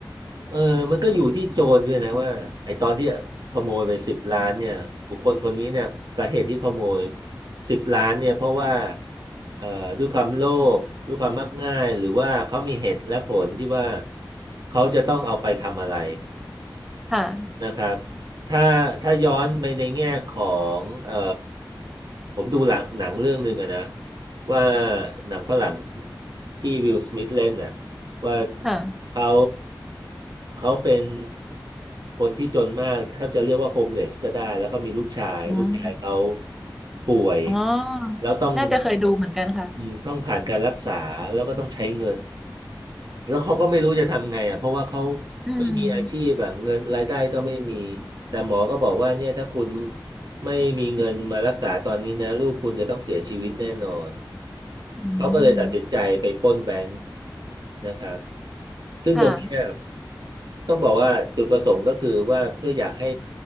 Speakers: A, on the right; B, in the centre.
A: เออมันก็อยู่ที่โจรด้วยนะว่าไอ้ตอนที่ขโมยไปสิบล้านเนี่ยบุคคลคนนี้เนี่ยสาเหตุที่ขโมยสิบล้านเนี่ยเพราะว่าเอ่อด้วยความโลภด้วยความมักง่ายหรือว่าเขามีเหตุและผลที่ว่าเขาจะต้องเอาไปทำอะไร
B: ค่ะ
A: นะครับถ้าถ้าย้อนไปในแง่ของเอ่อผมดูหลังหนังเรื่องหนึ่งอะนะว่าหนังฝรั่งที่วิลสมิธเล่นน่ะว่า
B: ค่ะ
A: เขาเขาเป็นคนที่จนมากแทบจะเรียกว่าโฮมเลสก็ได้แล้วเขามีลูกชายลูกชายเขา
B: อืม
A: ป่วย
B: อ๋อน่าจะเคยดูเหมือนกันค่ะ
A: แล้วต้องอืมต้องผ่านการรักษาแล้วก็ต้องใช้เงิน แล้วเขาก็ไม่รู้จะทำไงอ่ะเพราะว่าเขา
B: อืม
A: ไม่มีอาชีพแบบเงินรายได้ก็ไม่มีแต่หมอก็บอกว่าเนี่ยถ้าคุณไม่มีเงินมารักษาตอนนี้นะลูกคุณจะต้องเสียชีวิตแน่นอน
B: อื
A: เขาก็เลยตัดสินใจไปปล้นแบงค์
B: ม
A: นะครับซึ่งตรงเนี้ย
B: ค่ะ
A: ต้องบอกว่าจุดประสงค์ก็คือว่าเพื่ออยากให้